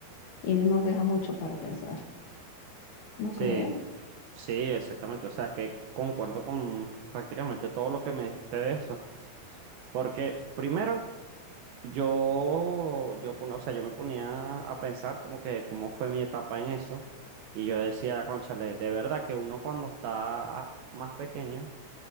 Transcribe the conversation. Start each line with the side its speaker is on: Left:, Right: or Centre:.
Left: Y nos deja mucho para pensar, ¿no
Right: sí,
Left: crees?
Right: sí, exactamente. O sea, es que concuerdo con prácticamente todo lo que me dijiste de eso. Porque primero... Yo, yo, pon- o sea, yo me ponía a pensar como que cómo fue mi etapa en eso. Y yo decía, cónchale, de verdad que uno cuando está más pequeño